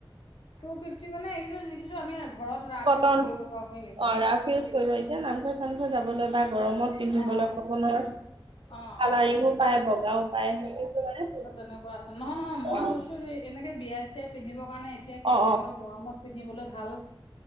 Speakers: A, on the left; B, on the right.
A: টু, ফিফটি মানে এই কেইযোৰ আমি ঘৰত ৰাফ
B: কটন
A: ইউজ কৰিব পাৰো। সেইকেইযোৰ।
B: অ, ৰাফ ইউজ কৰিব, এতিয়া নামঘৰ-চামঘৰ যাবলৈ বা গৰমত পিন্ধিবলৈ
A: অ',
B: কটনৰ
A: অ,
B: কালাৰিংও
A: অ'।
B: পায়, বগাও পায়, সেই কিযোৰ মানে টু
A: অ,
B: ফিফটি
A: তেনেকুৱা আছে নহয়, নহয়, মই
B: অ
A: কৈছো এনেকে বিয়া চিয়াই পিন্ধিবৰ কাৰণে এতিয়া কি
B: অ
A: তেনেকুৱা গৰমত পিন্ধিবলে ভাল,